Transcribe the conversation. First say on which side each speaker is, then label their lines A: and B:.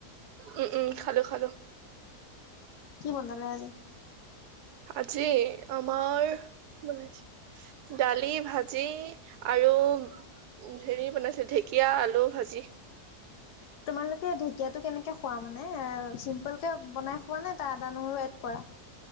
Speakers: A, on the right (about 80°); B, on the left (about 85°).
A: উম উম খালো খালো।
B: কি বনালে আজি?
A: আজি আমাৰ কি বনাইছে দালি, ভাজি আৰু উম, হেৰি বনাইছে ঢেকীয়া, আলু ভাজি।
B: তোমালোকে ঢেকিয়াটো কেনেকে খোৱা মানে এ চিম্পুল কে বনাই খোৱা নে তাৰ আদা, নহৰু এড কৰা?